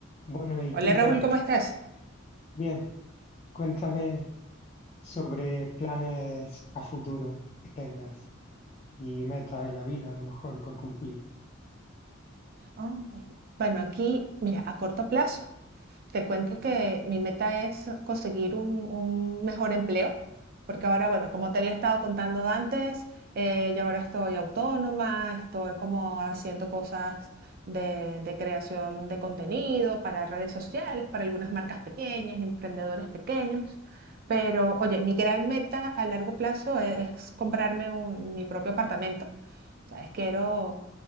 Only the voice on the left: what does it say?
Bueno, y
cuéntame,
bien, cuéntame sobre planes a futuro que tengas y metas en la vida, a lo mejor por cumplir,